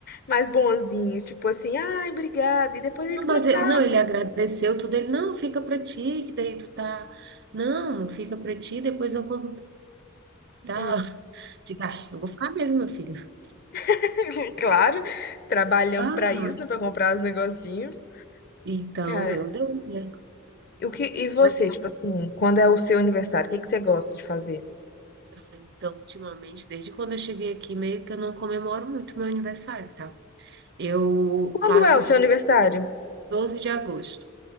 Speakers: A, on the left; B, on the right.
A: mais bonzinho, tipo assim, ai, obrigado. E depois
B: Não,
A: ele trocava.
B: mas ele, não, ele agradeceu tudo. Ele, não, fica pra ti, que daí tu tá. Não, fica pra ti, depois eu compro e tal.
A: Hum,
B: <laughs> Diga, ai, eu vou ficar mesmo, meu filho.
A: <laughs> Claro, trabalhamos
B: Aham.
A: pra isso, né? Pra comprar os negocinhos.
B: Então,
A: Cara,
B: meu Deus, né?
A: e o que, e você,
B: Mas assim,
A: tipo assim, quando é o seu aniversário, o que que você gosta de fazer?
B: ah, então, ultimamente, desde quando eu cheguei aqui, meio que eu não comemoro muito meu aniversário, tá? Eu
A: Quando
B: faço
A: é o seu
B: dia
A: aniversário?
B: 12 de agosto.